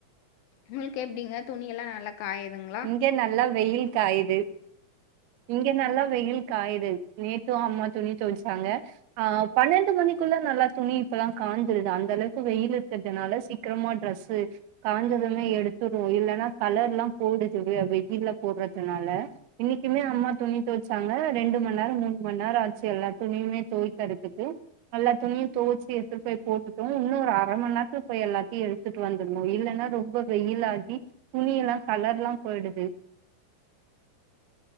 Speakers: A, on the left; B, on the right.
A: உங்ளுக்கு எப்டிங்க துணியல்லா நல்லா காய்துங்ளா
B: இங்க நல்லா வெயில் காய்து இங்க நல்லா வெயில் காய்து நேத்து அம்மா துணி தொவ்ச்சாங்க ஆ பன்னெண்டு மணிக்குள்ள நல்லா துணி இப்பல்லா காஞ்சிருது அந்தளவுக்கு வெயில் இருக்கதுனால சீக் க்கிரமா ட்ரெஸு காஞ்சதுமே எடுத்துடு‌வோ இல்லன்னா கலர்லா போகுது வெ வெயில்ல போட்றதுனால இன்னிக்கிமே அம்மா துணி தொவ்ச்சாங்க ரெண்டு மண்நேரோ மூன்மண்நேரோ ஆச்சு எல்லா துணிமே தொய்க்கறதுக்கு எல்லா துணியு தொவ்ச்சு எடுத்துட்டு போய் போட்டுட்டோ இன்னு ஒரு அர மண்நேரத்துல போய் எல்லாத்தையு எ த்துட்டு வந்துர்னு இல்லன்னா ரொம்ப வெயிலாகி துணியல்லா கலர்லா போய்டுது